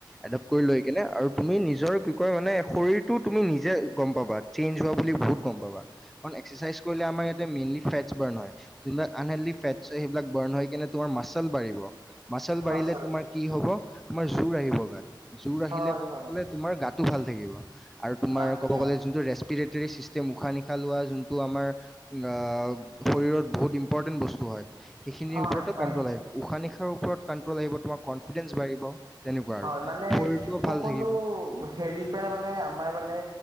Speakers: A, in the centre; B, on the right (about 55°).
A: এডপ্ট কৰি লৈ কিনে আৰু তুমি নিজ নিজৰ কি কয় মানে শৰীৰটো তুমি নিজে গম পাবা চেঞ্জ হোৱা বুলি বহুত গম পাবা কাৰণ এক্সাৰচাইজ কৰিলে আমাৰ ইয়াতে মেইনলি ফেটচ বাৰ্ণ হয় যোনবিলাক আনহেলডী ফেটচ হয় সেইবিলাক বাৰ্ন হয় কিনে তোমাৰ মাছালচ বাঢ়িব মাচল বাঢ়িলে
B: আচলতে
A: তোমাৰ কি হব তোমাৰ জোৰ আহিব গাত জোৰ আহিলে
B: হয়
A: ক'ব
B: হয়
A: গ'লে তোমাৰ গাতো ভাল থাকিব আৰু তুমাৰ
B: আচ্ছা
A: ক'ব গলে যোনটো ৰেছপিৰেটৰি চিষ্ টেম উশাহ নিশাহ লোৱা যোনটো আমাৰ আ শৰীৰত বহুত ইম্পৰ্টেন্ট বস্তু হয় সেইখিনিৰ
B: হয়
A: ওপৰতে
B: হয়
A: কণ্ট্ৰল আহিব উশাহ নিশাৰ ওপৰত কানণ্ট্ৰল আহিব তোমাৰ কনফিডেঞ্চ বাঢ়িব তেনেকুৱা আৰু
B: হয় মানে
A: শৰীৰটো
B: সকলো
A: ভাল থাকিব
B: হেৰি প্ৰায় মানে আমাৰ মানে